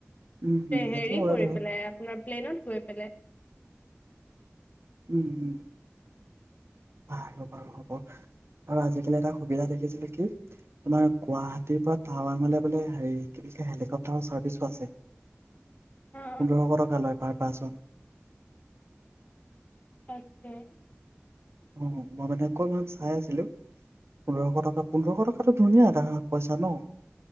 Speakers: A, on the right; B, on the left.
A: উম উম সেইটো
B: হেৰি
A: হয়
B: কৰি
A: বাৰু
B: পেলাই। আপোনাৰ প্লেনত গৈ পেলাই
A: উম, উম। বাৰু, বাৰু। হ'ব আৰু আজিকালি এটা সুবিধা দেখিছিলোঁ কি, তোমাৰ গুৱাহাটীৰ পৰা টাৱাঙলে বোলে হেৰি <unintelligible> হেলিকপ্টাৰৰ ওচৰত বিশাছে
B: অ',
A: পোন্ধৰশ টকা লয় ভাৰ পাচন
B: তাকে
A: অ', মই মানে অকমান চাই আছিলো পোন্ধৰশ টকা পোন্ধৰশ টকাটো ধুনীয়া এাৰ পইচা ন'